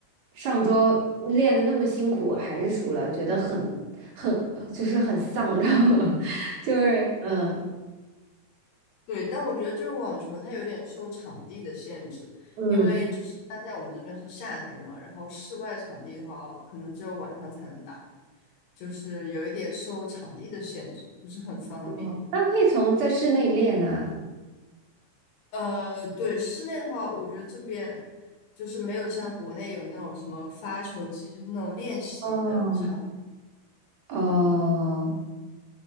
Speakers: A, on the right; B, on the left.
A: 上周练的那么辛苦，还是输了，觉得很很就是很丧，<laughs> 你知道吗？<laughs> 就是嗯。
B: 对，但我觉得就是网球它有点受场地的限制，
A: 嗯
B: 因为就是像现在我们这边是夏天嘛，然后室外场地的话，可能只有晚上才能打，就是有一点受场地的限制，不是很方便。
A: 嗯那可以从在室内练啊。
B: 呃，对，室内的话，我觉得这边就是没有像国内有那种什么发球机，就是那种练习的场。
A: 嗯，哦，